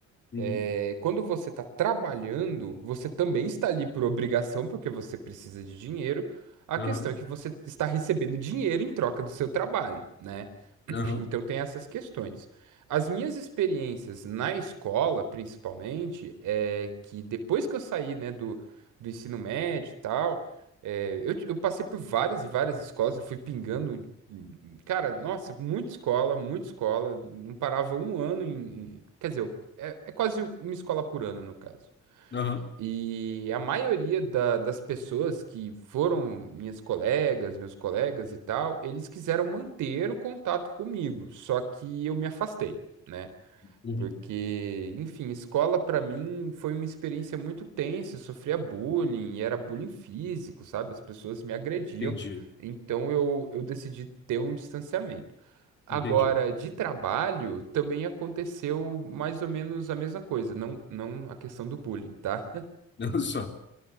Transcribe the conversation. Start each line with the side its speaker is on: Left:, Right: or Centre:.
Left: Uhum.
Right: é, quando você está trabalhando, você também está ali por obrigação, porque você precisa de dinheiro. A
Left: Aham,
Right: questão é que você está recebendo dinheiro em troca do seu trabalho, né? <clears throat>
Left: aham,
Right: Então tem essas questões. As minhas experiências na escola, principalmente, é que depois que eu saí, né, do, do ensino médio e tal, é, eu, eu passei por várias e várias escolas, eu fui pingando, hum, cara, nossa, muita escola, muita escola, não parava um ano em, em- quer dizer, eu é, é quase uma escola por ano, no caso.
Left: aham.
Right: E a maioria da- das pessoas que foram minhas colegas, meus colegas e tal, eles quiseram manter o contato comigo, só que eu me afastei. né?
Left: Uhum.
Right: Porque, enfim, escola pra mim foi uma experiência muito tensa, eu sofria bullying, e era bullying físico, sabe? As pessoas me agrediam,
Left: Entendi,
Right: então eu, eu decidi ter um distanciamento. Agora,
Left: entendi.
Right: de trabalho, também aconteceu mais ou menos a mesma coisa, não, não a questão do bullying, tá?
Left: <laughs> só.